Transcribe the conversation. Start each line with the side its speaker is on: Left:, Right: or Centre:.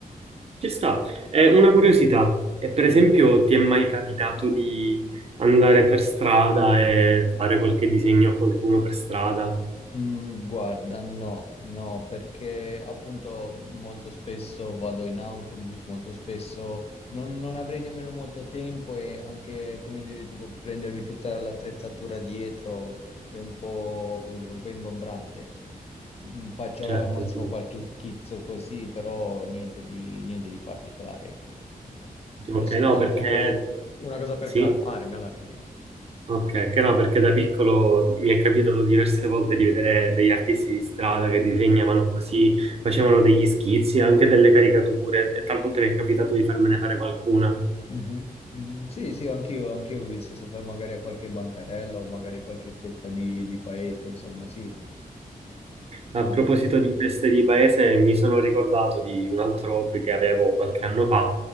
Right: Ci sta. È una curiosità. E per esempio, ti è mai capitato di andare per strada e fare qualche disegno a qualcuno per strada?
Left: Mm, guarda, no, no, perché appunto molto spesso vado in autobus, molto spesso non, non avrei nemmeno molto tempo e anche, come dire, tipo prendermi tutta l'attrezzatura dietro è un po', come dire, un po' ingombrante. Mm, faccio
Right: Certo.
Left: al massimo qualche schizzo così, però niente di, niente di particolare, ecco, ecco.
Right: Ok,
Left: È soltanto
Right: no, perché
Left: una cosa per
Right: sì.
Left: calmarmi alla fine.
Right: Ok, che no, perché da piccolo mi è capitato diverse volte di vedere degli artisti di strada che disegnavano così, facevano degli schizzi, anche delle caricature, e talvolta mi è capitato di farmene fare qualcuna.
Left: Mhm, mhm. Sì, sì, anch'io, anch'io ho visto sopra magari a qualche bancarella o magari qualche fetta di, di paese, insomma, sì.
Right: A
Left: Lo-
Right: proposito di feste di paese, mi sono ricordato di un altro hobby che avevo qualche anno fa